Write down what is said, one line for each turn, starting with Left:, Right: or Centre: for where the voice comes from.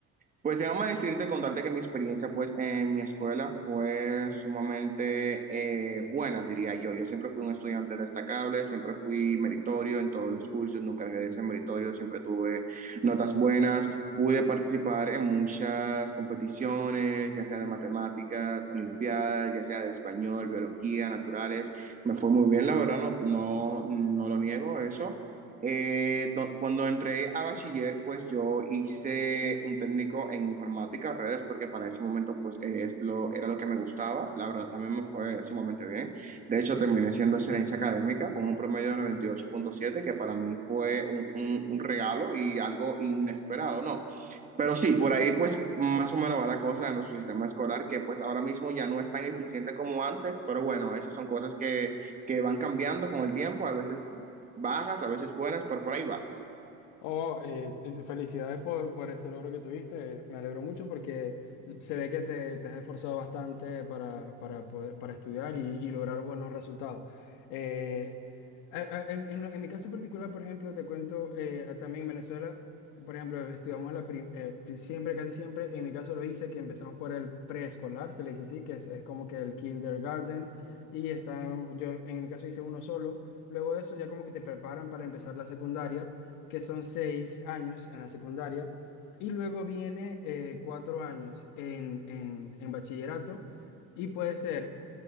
Right: Pues déjame decirte, contarte que mi experiencia pues en mi escuela fue sumamente eh, buena, diría yo. Yo siempre fui un estudiante destacable, siempre fui meritorio en todos los cursos, nunca dejé de ser meritorio, siempre tuve notas buenas, pude participar en muchas competiciones, ya sea de matemáticas, olimpiadas, ya sea de español, biología, naturales. Me fue muy bien, la verdad, no, no, no lo niego eso. Eh, do- cuando entré a bachiller, pues yo hice un técnico en informática, redes, porque para ese momento pues eh, es lo, era lo que me gustaba. La verdad también me fue sumamente bien. De hecho, terminé siendo excelencia académica con un promedio de 98.7, que para mí fue un, un- un regalo y algo inesperado, ¿no? Pero sí, por ahí pues más o menos va la cosa de nuestro sistema escolar, que pues ahora mismo ya no es tan eficiente como antes, pero bueno, esas son cosas que, que van cambiando con el tiempo, a veces bajas, a veces buenas, pero por ahí va.
Left: Oh, eh, eh, felicidades por, por ese logro que tuviste. Me alegro mucho porque se ve que te, te has esforzado bastante para, para poder, para estudiar y, y lograr buenos resultados. Eh, a- a- en, en- en mi caso particular, por ejemplo, te cuento, eh, también en Venezuela, por ejemplo, estudiamos la prim- eh, pi- siempre, casi siempre, en mi caso lo hice, que empezamos por el preescolar, se le dice así, que es, es como que el kindergarten, y está, yo en mi caso hice uno solo. Luego de eso ya como que te preparan para empezar la secundaria que son seis años en la secundaria, y luego viene eh, cuatro años en, en- en bachillerato, y puede ser